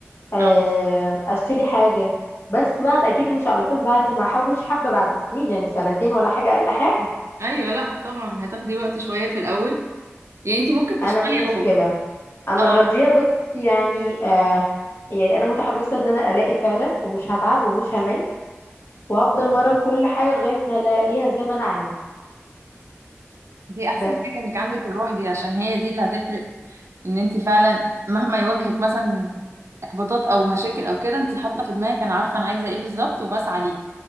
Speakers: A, on the left; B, on the right.
A: آه
B: اه
A: اشتري حاجه بس بعد اكيد مش على طول بعد ما احوش حبه بعد سنين يعني سنتين ولا حاجه اقل حاجه
B: ايوه لا طبعا هتاخدي وقت شويه في الاول يعني انت ممكن تشتغلي
A: انا مش مشكله
B: و...
A: انا
B: اه
A: راضيه بس يعني آه يعني انا متحمسه ان انا الاقي فعلا ومش هتعب ومش همل وهفضل ورا كل حاجه لغايه ما الاقيها زي ما انا عايزه
B: دي احسن
A: بس
B: حاجة انك عندك الروح دي عشان هي دي اللي هتفرق ان انت فعلا مهما يواجهك مثلا احباطات او مشاكل او كده انت حاطة في دماغك انا عارفة انا عايزة ايه بالظبط وبسعى ليه